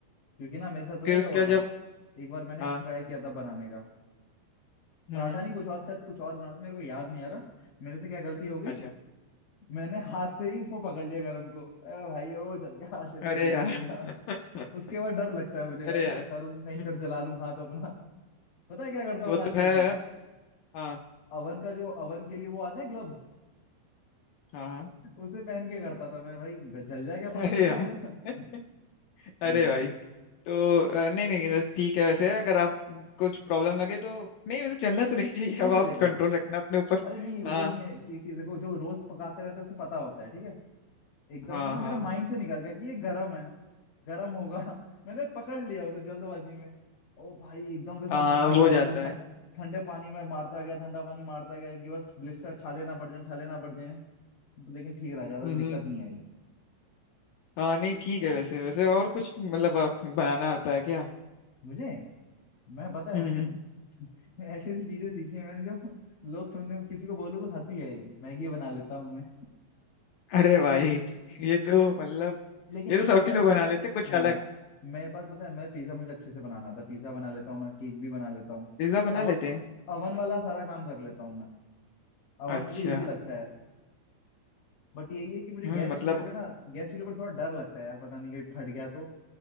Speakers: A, on the left; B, on the left.
A: क्योंकि ना मेरे साथ पता
B: फिर
A: क्या
B: उसके
A: हुआ
B: बाद
A: था
B: जब
A: एक बार मैंने
B: हाँ
A: ट्राई किया था बनाने का
B: हम्म
A: पराठा
B: हम्म
A: नहीं कुछ और शायद कुछ और बना था मेरे को याद नहीं आ रहा मेरे से क्या गलती हो गई
B: अच्छा
A: मैंने हाथ से ही इसको पकड़ लिया गरम को ए भाई ओ जल गया हाथ जल गया
B: अरे
A: जल गया
B: यार
A: जल गया
B: <laughs>
A: उसके बाद डर लगता है मुझे
B: अरे
A: यार मैं
B: यार
A: करूँ कहीं
B: हम्म,
A: फिर जला लूं हाथ अपना पता है क्या करता हूँ
B: वो तो
A: आजकल
B: है
A: मैं
B: हाँ
A: अवन का जो अवन के लिए वो आते हैं ग्लव्स
B: हाँ हाँ,
A: उसे पहन के करता था मैं भाई ग- जल जाए क्या
B: अरे
A: पता फिर से
B: यार
A: मेरा <laughs>
B: <laughs> अरे
A: हम्म,
B: भाई तो अ, नहीं नहीं बस ठीक है वैसे अगर आप कुछ प्रॉब्लम लगे तो नहीं वैसे चलना तो नहीं चाहिए
A: नहीं
B: अब
A: जलेगा
B: आप कंट्रोल रखना अपने ऊपर
A: अरे नहीं वो
B: हाँ
A: नहीं है कि, कि देखो जो रोज पकाते रहते हैं उसे पता होता है ठीक है एकदम
B: हाँ
A: से ना
B: हाँ
A: मेरा माइंड से निकल गया कि ये गर्म है गर्म होगा <laughs> मैंने पकड़ लिया उसे जल्दबाजी में ओ भाई एकदम से सनसनाहट
B: हाँ हो
A: हुआ
B: जाता
A: मैं
B: है
A: ठंड ठंडे पानी में मारता गया ठंडा पानी मारता गया कि बस ब्लिस्टर छाले ना पड़ जाए छाले ना पड़ जाए लेकिन ठीक रहा ज्यादा
B: हम्म,
A: दिक्कत नहीं आई
B: हाँ नहीं ठीक है वैसे वैसे और कुछ मतलब आप बनाना आता है क्या
A: मुझे मैं पता
B: हम्म
A: है
B: हम्म।
A: <laughs> ऐसी ऐसी चीजें सीखी है मैंने जो लोग सुनने किसी को बोलूं तो हंसी आएगी मैगी बना लेता हूँ मैं
B: अरे भाई ये तो मतलब
A: लेकिन
B: ये
A: एक
B: तो सभी
A: चीज है
B: लोग बना लेते हैं, कुछ
A: हाँ
B: अलग
A: मेरे पास पता है मैं पिज्जा मुझे अच्छे से बनाना आता है पिज्जा बना लेता हूँ मैं केक भी बना लेता हूँ
B: पिज्जा बना
A: अवन
B: लेते हैं
A: अवन वाला सारा काम कर लेता हूँ मैं अवन
B: अच्छा
A: मुझे इजी लगता है बट यही है कि मुझे
B: हम्म
A: गैस
B: मतलब
A: चूल्हे पे ना गैस चूल्हे पर थोड़ा डर लगता है यार पता नहीं कहीं फट गया तो